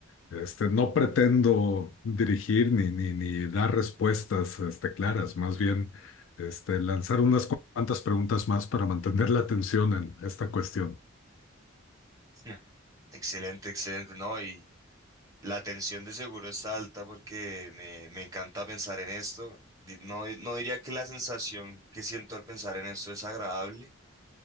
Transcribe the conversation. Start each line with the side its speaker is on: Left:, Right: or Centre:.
Left: Este, no pretendo dirigir ni, ni, ni dar respuestas, este, claras, más bien, este, lanzar unas cuantas preguntas más para mantener la atención en esta cuestión.
Right: <laughs> Excelente, excelente, ¿no? Y la tensión de seguro está alta porque me, me encanta pensar en esto. Di- No, no diría que la sensación que siento al pensar en esto es agradable,